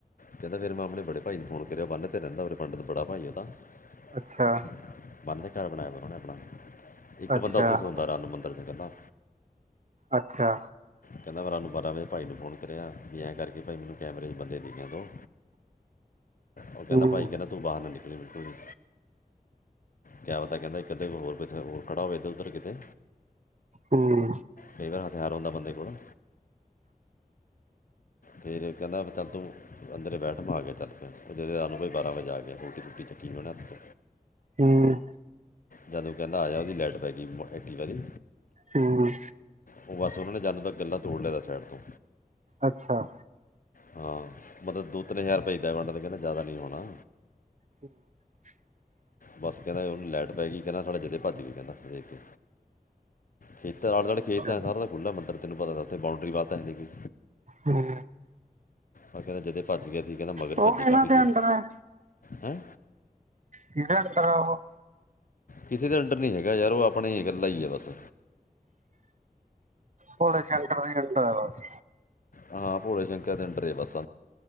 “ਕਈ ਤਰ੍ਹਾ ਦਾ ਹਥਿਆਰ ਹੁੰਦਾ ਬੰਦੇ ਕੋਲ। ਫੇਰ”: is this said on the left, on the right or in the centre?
Left